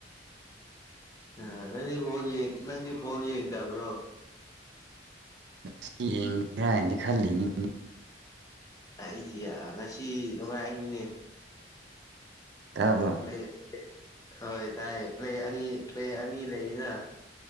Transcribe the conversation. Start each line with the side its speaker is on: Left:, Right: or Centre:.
Left: ꯑ ꯅꯪꯗꯤ ꯕꯥꯜ ꯌꯦ ꯅꯪꯗꯤ ꯕꯣꯜ ꯌꯦꯡꯗꯕ꯭ꯔꯣ?
Right: ꯁꯤ ꯌꯦꯡꯁꯤꯔꯅ ꯍꯥꯏꯅ ꯈꯜꯂꯤꯅꯤ꯫
Left: ꯑꯩꯁꯤ ꯉꯁꯤ ꯅꯨꯡꯉꯥꯏꯅꯤꯅꯦ꯫
Right: ꯇꯥꯕ꯭ꯔꯣ?
Left: ꯄ꯭ꯂꯦ ꯍꯣꯏ ꯇꯥꯏꯌꯦ ꯄ꯭ꯂꯦ ꯑꯅꯤ ꯄ꯭ꯂꯦ ꯑꯅꯤ ꯂꯩꯌꯦꯅ꯫